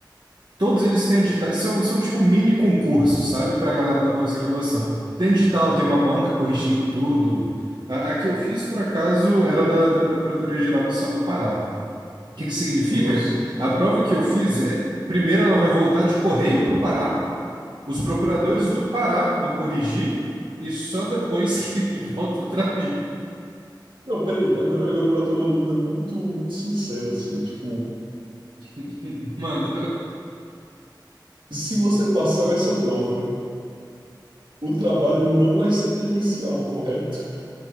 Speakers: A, on the right; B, on the right.
A: Todos eles têm editais, são, são tipo mini concursos, sabe, para a galera da pós-graduação. Tem edital, tem uma banca corrigindo tudo. A, a que eu fiz, por acaso, era da, da Procuradoria-Geral do Estado do Pará. O que que significa?
B: Nossa.
A: A prova que eu fiz, é, primeiro ela vai voltar de correio para o Pará, os procuradores do Pará vão corrigir, e só depois que <laughs> volta para mim.
B: Não, peraí, agora, agora bateu uma dúvida muito, muito sincera, assim, tipo,
A: <laughs> Mano,
B: se você passar nessa prova. o trabalho não vai ser presencial, correto?